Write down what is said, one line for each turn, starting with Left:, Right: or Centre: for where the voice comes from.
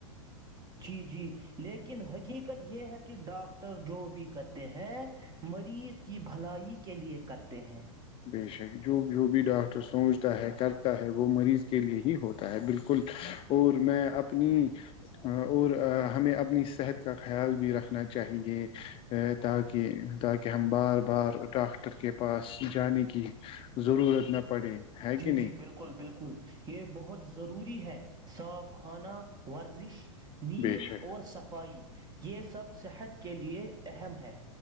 Right: جی جی لیکن حقیقت یہ ہے کہ ڈاکٹر جو بھی کرتے ہیں مریض کی بھلائی کے لیئے کرتے ہیں
Left: بے شک جو جو بھی ڈاکٹر سوچتا ہے کرتا ہے وہ مریض کے لیے ہی ہوتا ہے بالکل اور میں اپنی اور ہمیں اپنی صحت کا خیال بھی رکھنا چاہیے تاکہ تاکہ ہم بار بار ڈاکٹر کے پاس جانے کی ضرورت نہ پڑے ہے
Right: جی
Left: کہ نہیں
Right: جی بالکل بالکل یہ بہت ضروری ہے صاف کھانا ورزش نیند
Left: بے شک
Right: اور صفائی یہ سب صحت کے لیے اہم ہے